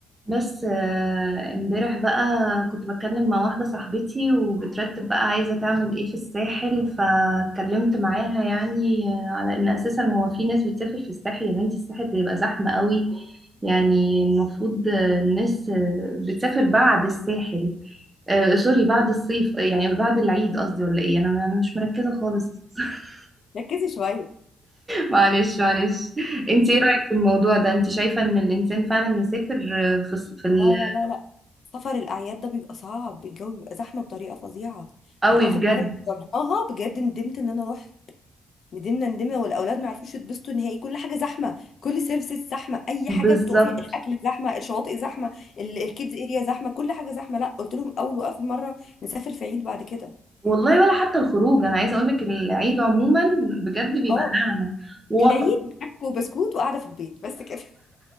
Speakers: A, on the right (about 20°); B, on the left (about 60°).
A: بس آه، امبارح بقى كنت بتكلم مع واحدة صاحبتي وبترتب بقى عايزة تعمل ايه في الساحل فاتكلمت معاها يعني آه، على ان اساسا هو في ناس بتسافر في الساحل يا بنتي الساحل بيبقى زحمة قوي يعني المفروض آه، الناس آه، بتسافر بعد الساحل آه، سوري بعد الصيف آه، يعني بعد العيد قصدي ولا ايه انا انا مش مركزة خالص <laughs>
B: ركزي شويه
A: معلش معلش انت
B: مم.
A: ايه رأيك في الموضوع ده انت شايفة ان الانسان فعلا يسافر آه، في الص- في ال-
B: لا لا لا لا طبعا سفر الاعياد ده بيبقى صعب الجو بيبقى زحمه بطريقه فظيعه
A: قوي
B: انا اخر
A: بجد
B: مره جربناها بجد ندمت ان انا رحت ندمنا ندمنا والاولاد ما عرفوش يتبسطوا نهائي كل حاجه زحمه كل سيرفيسز زحمه اي
A: بالظبط
B: حاجه بتقفي الاكل زحمه الشواطئ زحمه ال- الكيدز اريا زحمه كل حاجه زحمه لا قلت لهم اول واخر مره نسافر في عيد بعد كده
A: والله ولا حتى الخروج انا عايزه اقول لك العيد عموما بجد بيبقى
B: اه
A: نعنى و...
B: العيد حك وبسكوت وقاعده في البيت بس كده <laughs>